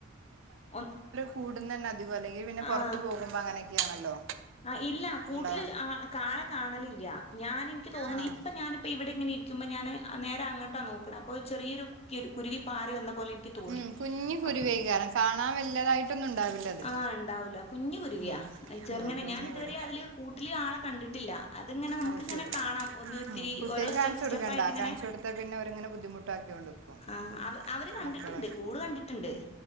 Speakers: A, on the left (about 30°); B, on the right (about 65°).
A: ഒ
B: കൂടുന്നെന അധികം അല്ലെങ്കിൽ പിന്നെ
A: ആ
B: പൊറത്തു പോകുമ്പോ അങ്ങനെയൊക്കെയാണല്ലോ.
A: ആ ഇല്ല കൂട്ടില്
B: ഉണ്ടാവ
A: ആ കാളെ കാണലില്ല ഞാൻ എനിക്ക് തോന്നണ
B: ആഹ്
A: ഇപ്പ ഞാനിപ്പോ ഇവിടെ ഇങ്ങനെ ഇരിക്കുമ്പോ ഞാന് നേരെ അങ്ങട്ടാ നോക്കണ അപ്പൊ ചെറിയൊരു കുരുവി പാറി വന്ന പോലെ എനിക്ക് തോന്നി
B: ഉം കുഞ്ഞ് കുരുവേക്കാരം
A: അപ്പ
B: കാണാൻ വല്യതായിട്ടൊന്നും ഉണ്ടാവില്ല അത്
A: ആഹ് ഇണ്ടാവൂല കുഞ്ഞു കുരുവിയാ
B: ഉം
A: ചെറങ്ങനെ
B: ഉം കുഞ്ഞ്
A: ഞാന് ഇതുവരെ
B: കുരു
A: അതില് കൂട്ടില് ആളെ കണ്ടിട്ടില്ല അത്ങ്ങനെ നമുക്ക്ങ്ങനെ
B: അത് ശരി
A: കാണാം ഒന്നും ഇത്തിരി
B: ഉം കുട്ടിയക്ക്
A: ഓരോ സ്റ്റെപ്പ്
B: കാണിച്ചു
A: സ്റ്റെപ്പായിട്ട്
B: കൊടുക്കണ്ട
A: ഇങ്ങനെ
B: കാണിച്ചു കൊടുത്താ പിന്നെ അവരിങ്ങനെ ബുദ്ധിമുട്ടാക്കിയോണ്ട്ക്കും
A: ആഹ് അവ അവര് കണ്ടിട്ട്ണ്ട്
B: മക്കള്
A: കൂട് കണ്ടിട്ട്ണ്ട്.